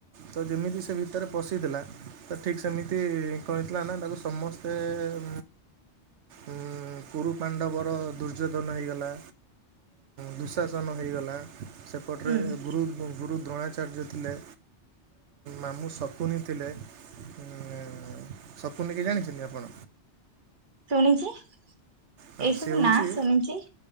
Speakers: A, on the right (about 80°); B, on the right (about 45°).
A: ତ ଯେମିତି ସେ ଭିତରେ ପଶିଥିଲା। ତ ଠିକ ସେମିତି କଣ ହେଇ ଥିଲା ନା ତାକୁ ସମସ୍ତେ ଉ ଉ କୁରୁ ପାଣ୍ଡବର ଦୁର୍ଯ୍ୟୋଧନ ହୋଇଇଗଲା ଦୁଃଶାସନ ହୋଇଇଗଲା ସେପଟରେ
B: ହୁଁ
A: ଗୁରୁ ଗୁରୁ ଦ୍ରୋଣାଚାର୍ଯ୍ୟ ଥିଲେ ମାମୁଁସକୁନି ଶୁଣିଥିଲେ ଥିଲେ ଶକୁନି କି ଜାଣିଛନ୍ତି ଆପଣ?
B: ଶୁଣିଛି ଏଇ
A: ହଁ ସେ
B: ସବୁ
A: ହେଉଛି
B: ନାଁ ଶୁଣିଛି।